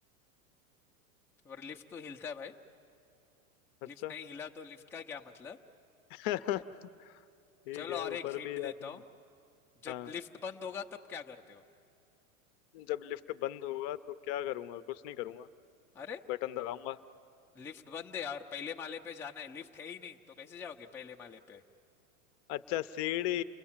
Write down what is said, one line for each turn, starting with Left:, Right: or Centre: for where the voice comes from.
Centre: और लिफ्ट तो हिलता है भाई
Left: अच्छा
Centre: लिफ्ट नहीं हिला तो लिफ्ट का क्या मतलब
Left: <laughs> ठीक
Centre: चलो
Left: है
Centre: और
Left: ऊपर
Centre: एक हिंट
Left: भी जाते
Centre: देता
Left: हैं
Centre: हूँ जब
Left: हाँ
Centre: लिफ्ट बंद होगा तब क्या करते हो
Left: जब लिफ्ट बंद होगा तो क्या करूंगा कुछ नहीं करूंगा
Centre: अरे
Left: बटन दबाऊंगा
Centre: लिफ्ट बंद है और पहले माले पे जाना है लिफ्ट है ही नहीं तो कैसे जाओगे पहले माले पे
Left: अच्छा सीढ़ी